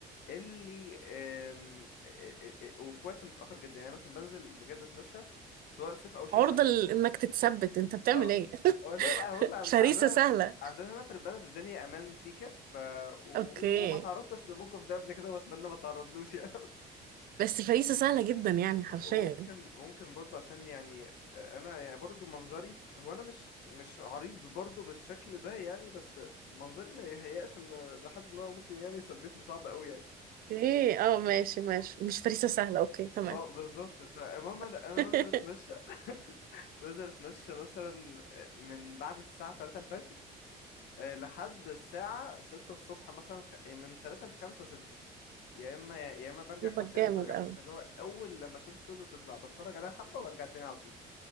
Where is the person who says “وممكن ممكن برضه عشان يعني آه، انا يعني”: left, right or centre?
Left